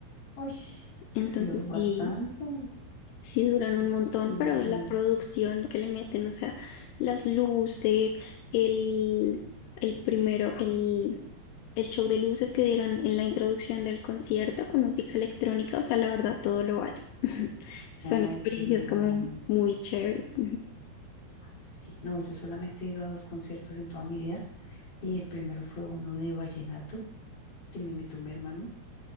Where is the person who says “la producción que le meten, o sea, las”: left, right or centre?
Left